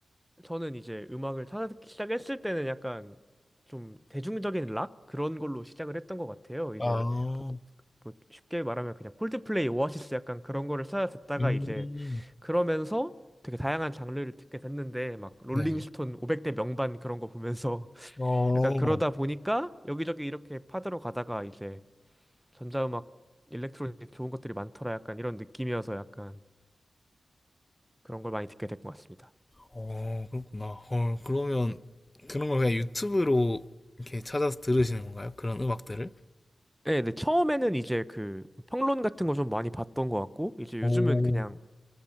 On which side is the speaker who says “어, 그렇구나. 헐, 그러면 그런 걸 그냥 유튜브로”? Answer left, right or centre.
Left